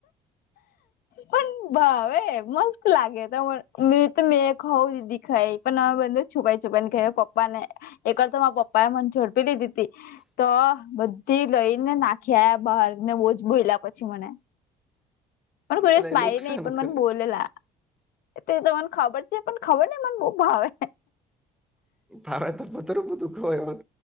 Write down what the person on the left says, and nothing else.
પણ ભાવે મસ્ત લાગે ત મે તો મે ખઉ દીદી ખાઈ પણ અવે બંનેવ છુપાાઈ છુપાાઈને પપ્પાને એક વાર તો મા પપ્પા એ મનેઝડપી લીધી તી તો બધી લઈ ને નાખ્યા બહાર ને બોજ બોલયા પછી મને મન કોઈ
દિવસ માઈરી
નહી પણ મને
બોલેલા તે તો મને ખબર છે પણ ખબર ને મને બો ભાવે